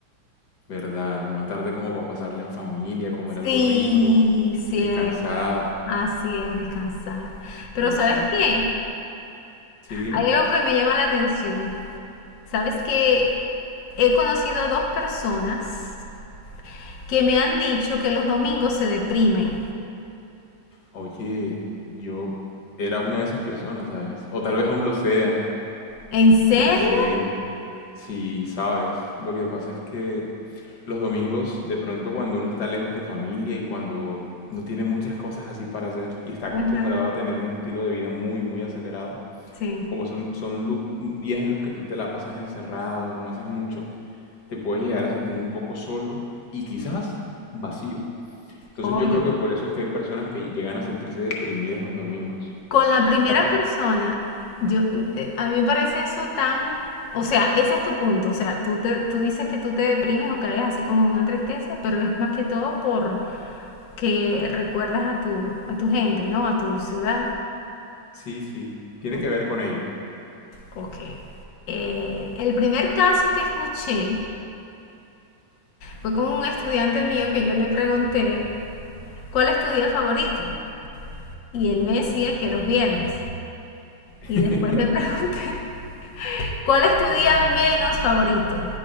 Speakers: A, on the left (about 60°); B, on the left (about 75°).
A: ¿Verdad? Una tarde como para pasarla en familia, comer algo
B: Sí,
A: rico,
B: cierto.
A: descansar.
B: Así es, descansar. Pero
A: Exacto.
B: ¿sabes qué?
A: Sí, dime.
B: Hay algo que me llama la atención. ¿Sabes que He conocido dos personas que me han dicho que los domingos se deprimen.
A: Oye, yo era una de esas personas, ¿sabes? O tal vez aún lo sea.
B: ¿En serio?
A: No sé si sabes. Lo que pasa es que los domingos, de pronto cuando uno está lejos de familia y cuando no tiene muchas cosas así para hacer y está acostumbrado
B: Ajá,
A: a tener un estilo de vida muy, muy acelerado,
B: sí.
A: como son, son lu- mm, días en los que tú te la pasas encerrado, no haces mucho, te puedes llegar a sentir un poco solo y quizás vacío. Entonces
B: Oye.
A: yo creo que por eso es que hay personas que llegan a sentirse deprimidas los domingos.
B: Con la primera
A: Me ha pa-
B: persona, yo, eh, a mí me parece eso tan, o sea, ese es tu punto, o sea, tú, te, tú dices que tú te deprimes o caes así como en una tristeza, pero es más que todo por que recuerdas a tu, a tu gente, ¿no? A tu ciudad.
A: Sí, sí, tiene
B: O-
A: que ver con ello.
B: Ok. Eh, el primer caso que escuché fue con un estudiante mío que yo le pregunté, ¿cuál es tu día favorito? Y él me decía que los viernes.
A: <laughs>
B: Y después le pregunté <laughs> ¿Cuál es tu día menos favorito?